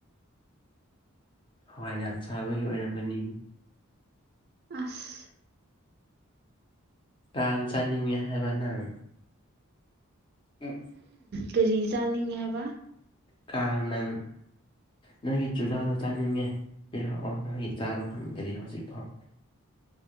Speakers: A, on the left; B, on the right.
A: ꯍꯋꯥꯏ ꯌꯥꯝ ꯆꯥꯕꯒꯤ ꯑꯣꯏꯔꯝꯒꯅꯤ
B: ꯑꯁ
A: ꯀꯥꯡ ꯆꯥꯅꯤꯡꯉꯦ ꯍꯥꯏꯕ ꯅꯪ ꯎꯝ
B: ꯀꯔꯤ ꯆꯥꯅꯤꯡꯉꯦ ꯍꯥꯏꯕ
A: ꯀꯥꯡ ꯅꯪ ꯅꯣꯏꯒꯤ ꯆꯨꯖꯥꯗꯣ ꯆꯥꯅꯤꯡꯉꯦ ꯄꯤꯔꯛꯑꯣ ꯅꯣꯏꯒꯤ ꯆꯥꯗꯣ ꯐꯪꯗꯔꯤ ꯍꯧꯖꯤꯛꯐꯥꯎ